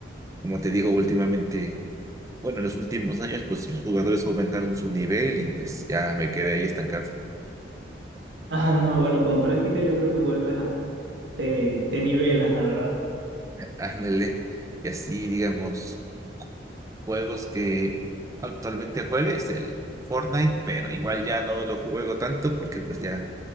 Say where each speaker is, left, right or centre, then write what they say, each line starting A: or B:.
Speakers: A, on the right; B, on the right.
A: como te digo, últimamente, bueno, en los últimos años, pues los jugadores aumentaron su nivel y pues ya me quedé ahí estancado.
B: Ajá, no, bueno, con práctica yo creo que vuelves a... Te, te nivelas, la verdad.
A: <laughs> Ándale, y así, digamos, juegos que actualmente juegues, el Fortnite, pero igual ya no lo juego tanto porque pues ya,